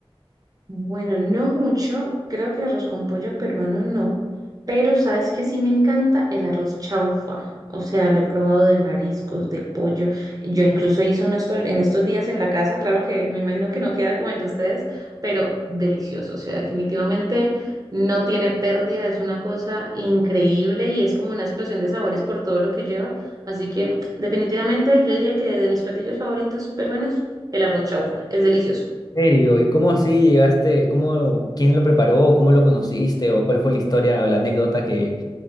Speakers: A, on the right; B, on the left.
A: Bueno, no mucho, creo que el arroz con pollo peruano no, pero sabes que sí me encanta el arroz chaufa, o sea, lo he probado de mariscos, de pollo, yo incluso hice uno esto- en estos días en la casa, claro que me imagino que no queda como el de ustedes, pero delicioso, o sea, definitivamente no tiene pérdida, es una cosa increíble y es como una explosión de sabores por todo lo que lleva, así que definitivamente yo diría que de mis platillos favoritos peruanos, el arroz chaufa, es delicioso.
B: ¿En serio? ¿Y cómo así llegaste? ¿Cómo, quién lo preparó? ¿Cómo lo conociste? ¿O cuál fue la historia o la anécdota que,